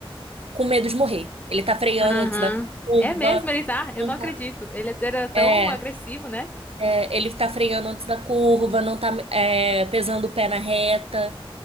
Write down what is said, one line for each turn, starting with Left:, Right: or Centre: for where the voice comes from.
Right: com medo de morrer. Ele tá freando
Left: Aham.
Right: antes da curva.
Left: É mesmo, ele tá? Eu
Right: Não
Left: não acredito.
Right: tá...
Left: Ele era tão
Right: É,
Left: agressivo, né?
Right: é, ele tá freando antes da curva, não tá, é, pesando o pé na reta.